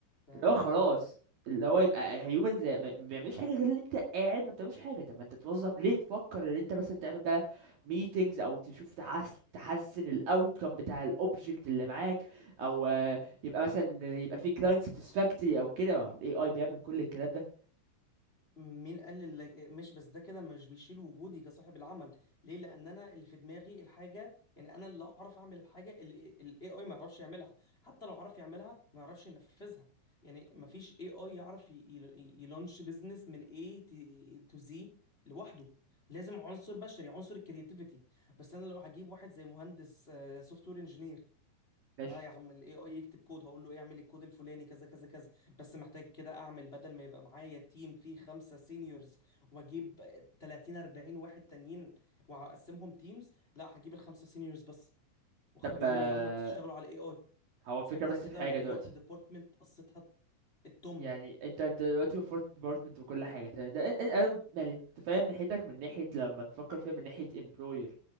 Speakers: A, on the left (about 15°); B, on the right (about 55°).
A: تمام
B: اللي هو خلاص اللي هو يبقى هيومن زي ما ما بيعملش حاجه غير ان انت قاعد ما بتعملش حاجه طب ما انت توظف ليه تفكر ان انت مثلا تعمل بقى ميتينجز او تشوف تحس تحسن الاوتكم بتاع الاوبجكت اللي معاك او آه، يبقى مثلا يبقى في كلاينت ساتسفاكتوري او كده الاي اي بيعمل كل الكلام ده
A: مين قال اللي ماشي بس ده كده مش بيشيل وجودي كصاحب العمل ليه لان انا اللي في دماغي الحاجه يعني انا اللي اعرف اعمل الحاجه الاي اي ما يعرفش يعملها حتى لو عرف يعملها ما يعرفش ينفذها يعني ما فيش اي اي يعرف ي- ي- يلونش بزنس من اي تو زي لوحده لازم عنصر بشري عنصر الكرياتيفيتي بس انا لو هجيب واحد زي مهندس سوفت وير انجينير
B: ماشي
A: لا يا عم الاي اي يكتب كود هقول له اعمل الكود الفلاني كذا كذا كذا بس محتاج كده اعمل بدل ما يبقى معايا تيم فيه خمسة سينيورز واجيب 30 40 واحد تانيين واقسمهم تيمز لا هجيب الخمسة سينيورز بس واخليهم
B: طب آه،
A: هم يشتغلوا على الاي اي
B: هو الفكره
A: ساعتها
B: بس
A: انا كده
B: في حاجه
A: وفرت
B: دلوقتي
A: ديبارتمنت قصتها التمن
B: يعني انت انت دلوقتي فورت ديبارتمنت وكل حاجه تمام ده ان- ان- انا مت- يعني متفاهم ناحيتك من ناحيه لما تفكر فيها من ناحيه امبلوير